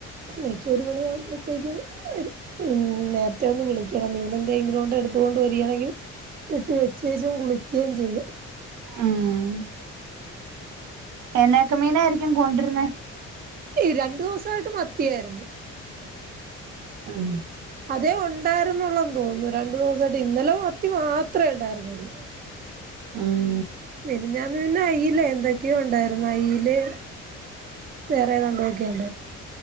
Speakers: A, on the right; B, on the right.
A: നെയ്‌ച്ചോർ ഒരു മണിയാകുമ്പോഴത്തേക്കും വരും ഉം നേരത്തെ ഒന്ന് വിളിക്കണം മീന എന്തെങ്കിലുംണ്ടെ എടുത്തൊണ്ട് വരികയാണെങ്കിൽ വെട്ടി വെച്ചേച്ചും കുളിക്കുകയും ചെയ്യാം
B: ഉം എന്നൊക്കെ മീനായിരിക്കും കൊണ്ടിരുന്നേ
A: രണ്ടു ദിവസായിട്ട് മത്തിയായിരുന്നു
B: ആഹ
A: അതേ ഉണ്ടായിരുന്നുള്ളുന്ന് തോന്നുന്നു രണ്ടു ദിവസായിട്ട്, ഇന്നലെ മത്തി മാത്രേണ്ടായിരുന്നുള്ളു
B: ആഹ
A: മെനഞ്ഞാന്ന് പിന്നെ അയില എന്തൊക്കെയോ ഉണ്ടായിരുന്നു അയില് വേറേതാണ്ടൊക്കെ